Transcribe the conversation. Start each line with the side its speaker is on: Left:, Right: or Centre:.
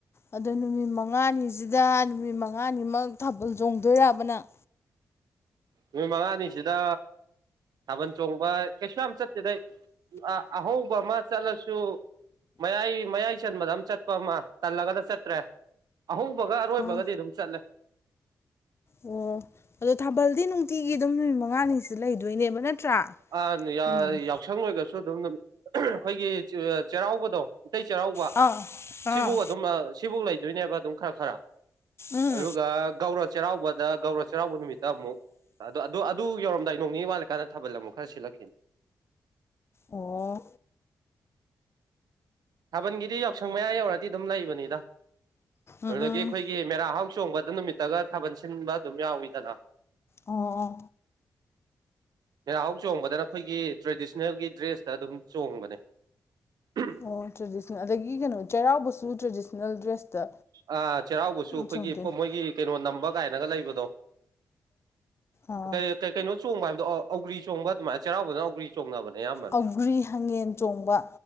Left: ꯑꯗꯣ ꯅꯨꯃꯤꯠ ꯃꯉꯥꯅꯤꯁꯤꯗ ꯅꯨꯃꯤꯠ ꯃꯉꯥꯅꯤꯃꯛ ꯊꯥꯕꯜ ꯆꯣꯡꯗꯣꯏꯔꯥꯕ ꯅꯪ
Right: ꯅꯨꯃꯤꯠ ꯃꯉꯥꯅꯤꯁꯤꯗ ꯊꯥꯕꯜ ꯆꯣꯡꯕ ꯀꯩꯁꯨ ꯌꯥꯝ ꯆꯠꯇꯠꯇꯦꯗ ꯑꯩ ꯑꯍꯧꯕꯃ ꯆꯠꯂꯁꯨ ꯃꯌꯥꯏ ꯃꯌꯥꯏ ꯆꯟꯕꯗ ꯑꯃ ꯆꯠꯄ ꯑꯃ ꯇꯜꯂꯒꯅ ꯆꯠꯇ꯭ꯔꯦ ꯑꯍꯧꯕꯒ ꯑꯔꯣꯏꯕꯒꯗꯤ
Left: ꯑꯣ
Right: ꯑꯗꯨꯝ ꯆꯠꯂꯦ
Left: ꯑꯣ ꯑꯗꯣ ꯊꯥꯕꯜꯗꯤ ꯅꯨꯡꯇꯤꯒꯤ ꯑꯗꯨꯝ ꯅꯨꯃꯤꯠ ꯃꯉꯥꯅꯤꯁꯤꯗ ꯂꯩꯗꯣꯏꯅꯦꯕ ꯅꯠꯇ꯭ꯔꯥ
Right: ꯑ
Left: ꯎꯝ
Right: ꯌꯥꯎꯁꯪ ꯂꯣꯏꯒꯔꯁꯨ ꯑꯗꯨꯝ ꯑꯩꯈꯣꯏꯒꯤ ꯆꯩꯔꯥꯎꯕꯗꯣ ꯃꯩꯇꯩ ꯆꯩꯔꯥꯎꯕ
Left: ꯑꯥ
Right: ꯁꯤꯕꯨꯛ
Left: ꯑꯥ
Right: ꯑꯗꯨꯝ ꯁꯤꯐꯧ ꯂꯩꯗꯣꯏꯅꯦꯕ ꯑꯗꯨꯝ ꯈꯔ ꯈꯔ
Left: ꯎꯝ
Right: ꯑꯗꯨꯒ ꯒꯧꯔ ꯆꯩꯔꯥꯎꯕꯗ ꯒꯧꯔ ꯆꯩꯔꯥꯎꯕ ꯅꯨꯃꯤꯠꯇ ꯑꯃꯨꯛ ꯑꯣ ꯑꯗꯨ ꯑꯗꯨ ꯌꯧꯔꯝꯗꯥꯏ ꯅꯣꯡꯅꯤ ꯋꯥꯠꯂꯀꯥꯟꯗ ꯊꯥꯕꯜ ꯑꯃꯨꯛ ꯍꯥꯏꯔꯁꯤ ꯂꯛꯈꯤꯝ
Left: ꯑꯣ
Right: ꯊꯥꯕꯜꯒꯤꯗꯤ ꯌꯥꯎꯁꯪ ꯃꯌꯥ ꯌꯧꯔꯗꯤ ꯑꯗꯨꯝ ꯂꯩꯕꯅꯤꯗ
Left: ꯎꯝ
Right: ꯑꯗꯨꯗꯒꯤ
Left: ꯎꯝ
Right: ꯑꯩꯈꯣꯏ ꯒꯤ ꯃꯦꯔꯥ ꯍꯥꯎ ꯆꯣꯡꯕꯗ ꯅꯨꯃꯤꯠꯇꯒ ꯊꯥꯕꯜ ꯁꯤꯟꯕ ꯑꯗꯨꯝ ꯌꯥꯎꯋꯤꯗꯅ
Left: ꯑꯣ
Right: <unintelligible> ꯃꯦꯔꯥꯍꯧ ꯆꯣꯡꯕꯗꯅ ꯑꯩꯈꯣꯏꯒꯤ ꯇ꯭ꯔꯦꯗꯤꯁꯅꯦꯜꯒꯤ ꯗ꯭ꯔꯦꯁꯇ ꯑꯗꯨꯝ ꯆꯣꯡꯕꯅꯦ ꯎꯝ
Left: ꯑꯣ ꯇ꯭ꯔꯦꯗꯤꯁꯅꯦꯜ ꯑꯗꯒꯤ ꯀꯩꯅꯣ ꯆꯩꯔꯥꯎꯕꯁꯨ ꯇ꯭ꯔꯦꯗꯤꯁꯅꯦꯜ ꯗ꯭ꯔꯦꯁꯇ
Right: ꯑ ꯆꯩꯔꯥꯎꯕꯁꯨ ꯑꯩꯈꯣꯏꯒꯤ
Left: ꯆꯣꯡꯗꯣꯏꯅꯤ
Right: ꯃꯣꯏꯒꯤ ꯀꯩꯅꯣ ꯅꯝꯕ ꯀꯥꯏꯅꯒ ꯂꯩꯕꯗꯣ
Left: ꯑꯥ
Right: ꯀꯩ ꯀꯩ ꯀꯩꯅꯣ ꯆꯣꯡꯕ ꯍꯥꯏꯕꯗꯣ ꯑꯧꯒ꯭ꯔꯤ ꯆꯣꯡꯕ ꯑꯗꯨꯃꯥꯏꯅ ꯆꯩꯔꯥꯎꯕꯗꯅꯒꯔꯤ ꯆꯣꯡꯉꯕꯅꯦ ꯑꯌꯥꯝꯕꯅ
Left: ꯑꯧꯒ꯭ꯔꯤ ꯍꯪꯉꯦꯟ ꯆꯣꯡꯕ